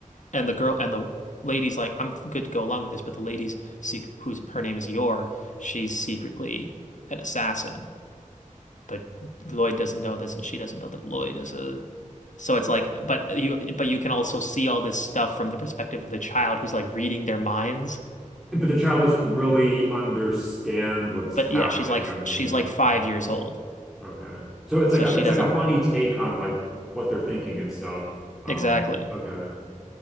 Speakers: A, on the left; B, in the centre.
A: And the girl and the lady's like, I'm good to go along with this, but the lady's sec who's her name is Yor, she's secretly an assassin, but Lloyd doesn't know this, and she doesn't know that Lloyd is a. So it's
B: <laughs>
A: like,
B: <laughs>
A: but you but you can also see all this stuff from the perspective of the child who's like reading their minds.
B: But the child doesn't really understand what's
A: But yeah,
B: happening,
A: she's like
B: I'm assuming.
A: she's like five years old,
B: Okay. So it's
A: so
B: like a,
A: she
B: it's
A: doesn't
B: like a funny take on like what they're thinking and stuff. Um,
A: exactly.
B: okay.